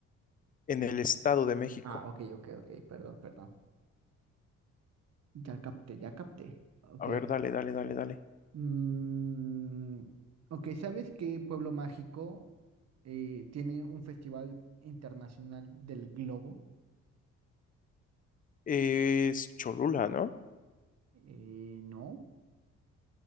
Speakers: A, on the left; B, on the right.
A: En el Estado de México.
B: Ah, ok, ok, ok, perdón, perdón. Ya capté, ya capté. Ok.
A: A ver, dale, dale, dale, dale.
B: Mm, ok, ¿sabes qué pueblo mágico eh, tiene un festival internacional del globo?
A: Es Cholula, ¿no?
B: Eh, no.